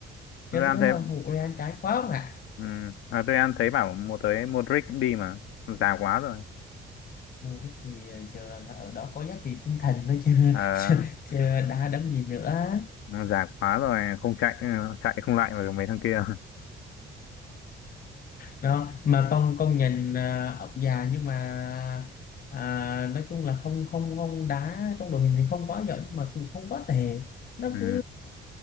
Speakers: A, on the left; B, on the left.
A: cho
B: Real
A: tôi thấy
B: thấy
A: hàng phụ Real trái quá không ạ
B: ừ. à, Real thấy bảo một tới Modric cũng đi mà già quá rồi
A: mua rít thì giờ là ở đó có giá trị tinh thần thôi chứ
B: à,
A: <laughs> chứ, chứ đã đấm gì nữa
B: già quá rồi không chạy ừ, chạy không lại với mấy thằng kia <laughs>
A: đó mà con con nhìn à, ông già nhưng mà à, nói chung là không không không đá trong đội hình thì không quá giỏi nhưng mà cũng không quá tệ nó
B: ừ.
A: cứ